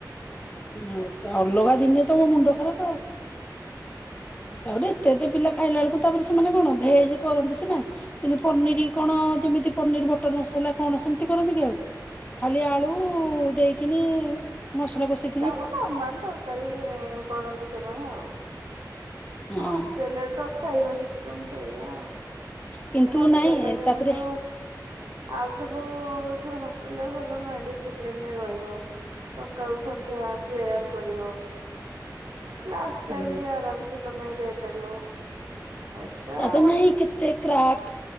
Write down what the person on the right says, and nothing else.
ହୁଁ।
ତାକୁ ନର୍ମାଲ ତରକାରୀ କରନ୍ତି ସେମାନେ ଆଉ। ହିଁ,
ହଷ୍ଟେଲ ରେ ତ ଖାଇବା ସିଷ୍ଟମ ସେଇଆ ଆଉ।
ହଷ୍ଟେଲ
ରେ
କିନ୍ତୁ। ଆଉ ସବୁ ହଷ୍ଟେଲ ରେ ଭଲ ନାହିଁ ଡିସିପ୍ଲିନ ରେ ରହିବ। ସକାଳୁ ସନ୍ଧ୍ୟା ପ୍ରେୟାର୍ କରିବ। କ୍ଲାସ ଟାଇମ
ବି ଆରାମ ସେ, ତମେ ଯାଇପାରିବ। ଏଟା
ହସ୍